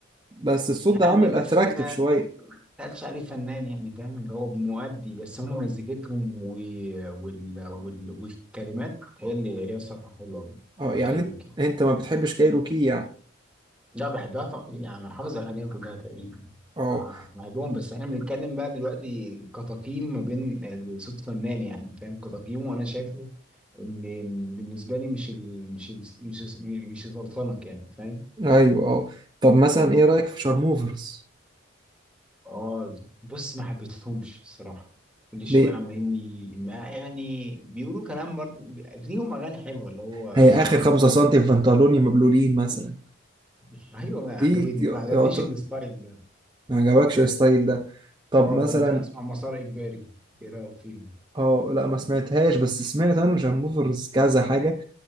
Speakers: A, on the right; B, in the centre.
A: بس الصوت
B: يعني
A: ده عامل
B: بس
A: اتراكتيف
B: ما
A: شوية
B: قالش عليه فنان يعني فاهم اللي هو مؤدي بس هم مزيكتهم و... وال... وال... والكلمات هي اللي هي الصراحة حلوة أوي.
A: اه
B: آه،
A: يعني
B: كايروكي
A: انت انت ما بتحبش كايروكي يعني
B: لا بحبها طبعا يعني أنا حافظ أغانيها كلها تقريبا
A: اه
B: آه، بحبهم بس احنا بنتكلم بقى دلوقتي كتقييم ما بين صوت فنان يعني فاهم كتقييمه وأنا شايفه إن بالنسبة لي مش ال... مش ال... مش مش سلطنة يعني فاهم
A: ايوه اه طب مثلا ايه رأيك في شارموفرز
B: اه بص ما حبيتهمش الصراحه كل شويه
A: ليه
B: عمالين ي- ما- يعني بيقولوا كلام برضه ليهم اغاني حلوه اللي هو
A: هي اخر خمسة سنتي في بنطلوني مبلولين مثلا
B: <laughs> ايوه ما
A: دي
B: عجبتني
A: ك-
B: ما عجبنيش
A: يعت-
B: الستايل ده
A: ما عجبكش الستايل ده طب
B: اه
A: مثلا
B: ممكن اسمع مسار اجباري ايه رايك فيهم
A: اه لا ما سمعتهاش بس سمعت انا شارموفرز كذا حاجة